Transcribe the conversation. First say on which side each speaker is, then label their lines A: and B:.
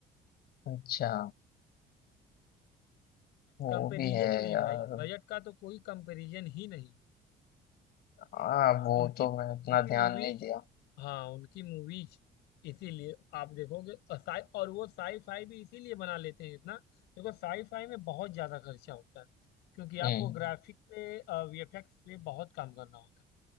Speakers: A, on the left (about 70°); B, on the left (about 85°).
A: अच्छा वो
B: कंपेरिजन
A: भी है
B: ही नहीं है
A: यार
B: भाई बजट का तो कोई कंपेरिजन ही नहीं है।
A: हाँ वो
B: उनकी
A: तो
B: उनकी
A: मैं इतना ध्यान
B: मूवीज
A: नहीं दिया
B: हाँ उनकी मूवीज इसीलिए आप देखोगे और साई और वो साई फाई भी इसीलिए बना लेते हैं इतना देखो साई फाई में बहुत ज्यादा खर्चा होता है क्योंकि
A: हम्म
B: आपको ग्राफिक पे वीएफएक्स पे बहुत काम करना होता है